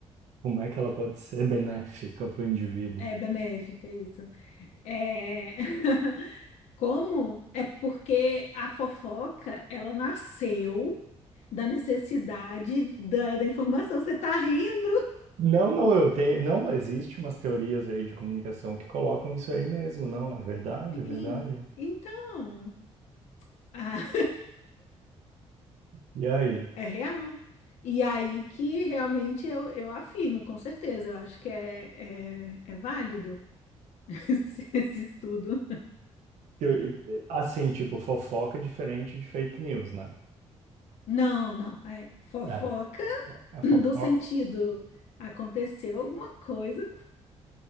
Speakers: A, on the right; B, on the left.
A: Como é que ela pode ser benéfica pro indivíduo?
B: É benéfica isso. É... <laughs> Como? É porque a fofoca, ela nasceu da necessidade da, da informação. Você tá rindo?
A: Não, não, eu tenho, não existe umas teorias aí de comunicação que colocam isso aí mesmo, não, é verdade,
B: Sim.
A: é verdade.
B: Então, <laughs> ah,
A: E aí?
B: É real. E aí que realmente eu, eu afirmo, com certeza. Eu acho que é, é, é válido <laughs> esse, esse estudo.
A: Eu- Assim, tipo, fofoca é diferente de fake news, né?
B: Não, não. É fofoca
A: É. É
B: <clears throat>
A: fofoca.
B: do sentido. Aconteceu alguma coisa,